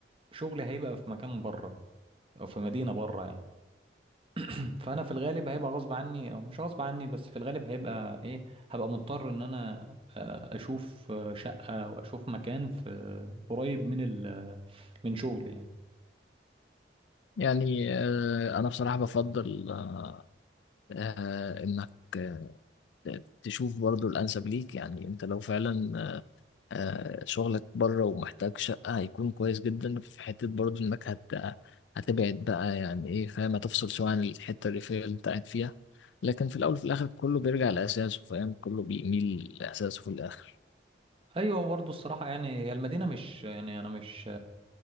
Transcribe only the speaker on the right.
شغلي هيبقى في مكان بره او في مدينة بره يعني <clears throat> فانا في الغالب هيبقى غصب عني او مش غصب عني بس في الغالب هيبقى ايه هبقى مضطر ان انا آه، اشوف آه، شقة واشوف مكان في قريب من ال من شغلي يعني
ايوه برضه الصراحه يعني هي المدينه مش يعني انا مش